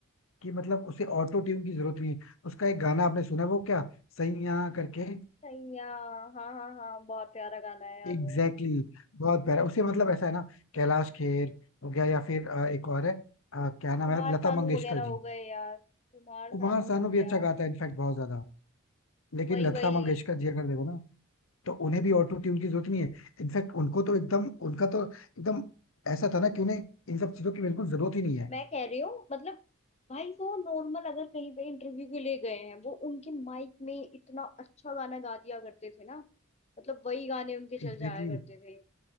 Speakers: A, on the left (about 75°); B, on the left (about 30°).
A: कि मतलब उसे ऑटो ट्यून की जरूरत नहीं है उसका एक गाना आपने सुना है, वो क्या सही यहाँ करके
B: सैया हाँ हाँ हाँ बहुत प्यारा गाना है यार
A: एग्जैक्टली
B: वो
A: exactly, बहुत प्यारा उसे मतलब ऐसा है ना कैलाश खेर हो गया या फिर अ, एक और है अ, क्या नाम
B: कुमार
A: है लता
B: सानू
A: मंगेशकर
B: वगैरह
A: जी
B: हो गए यार कुमार
A: कुमार
B: सानू
A: सानू
B: हो
A: भी
B: गया
A: अच्छा गाता है इनफैक्ट बहुत ज्यादा लेकिन
B: वही
A: लता
B: वही
A: मंगेशकर जी अगर देखो ना तो उन्हें भी ऑटो ट्यून की जरूरत नहीं है इनफैक्ट उनको तो एकदम उनका तो एकदम ऐसा था ना कि उन्हें इन सब चीजों की बिल्कुल जरूरत ही नहीं है
B: मैं कह रही हूँ मतलब भाई वो नॉर्मल अगर कहीं पे इंटरव्यू के लिए गए हैं वो उनके माइक में इतना अच्छा गाना गा दिया करते थे ना मतलब वही गाने उनके चल
A: Exactly
B: जाया करते
A: exactly.
B: थे